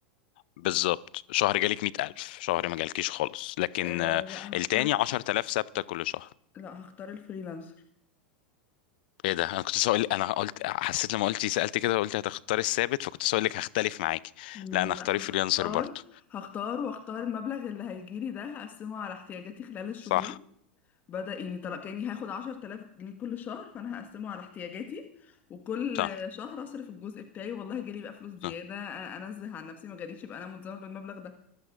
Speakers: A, on the left (about 60°); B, on the left (about 30°).
A: بالظبط شهر جالك 100000 شهر ما جالكيش خالص لكن
B: أه
A: آه،
B: لا
A: التاني
B: هختار ال-
A: 10000 ثابته كل شهر
B: لا هختار الفريلانسر
A: ايه ده انا كنت سؤال انا قلت حسيت لما قلتي سألت كده قلت هتختار الثابت فكنت سؤال لك هختلف معاكي
B: لا
A: لا انا هختار
B: هختار
A: فريلانسر برضه
B: هختار واختار المبلغ اللي هيجيلي ده هقسمه على احتياجاتي خلال الشهور
A: صح
B: بدأ يعني طلع كأني هاخد عشر تلاف جنيه كل شهر فأنا هقسمه على احتياجاتي وكل
A: صح
B: شهر أصرف الجزء بتاعي والله جالي بقى فلوس زيادة
A: صح
B: أ- أنزه عن نفسي ما جاليش يبقى أنا ملزمة بالمبلغ ده